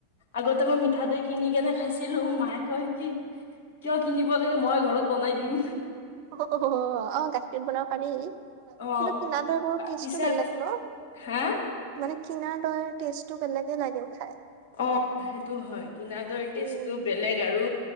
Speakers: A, on the left (about 55°); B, on the right (about 45°).
A: আগতে মই মিঠা দৈ কিনি কেনে খাইছিলো ম মাই কয় কি কিয় কিনিব লাগে মই ঘৰত বনাই দিম
B: হ হ হ অ গাখীৰত বনাব পাৰি। কিন্তু
A: অ
B: কিনা দৈ বোৰৰ টেষ্টটো
A: পিছে
B: বেলেগ
A: আকৌ
B: ন
A: হা
B: মানে কিনাৰ দৈৰ টেষ্টটো বেলেগ লাগে ব খাই
A: অ সেইটো হয় কিনডৰ
B: উম
A: টেষ্টটো বেলেগ আৰু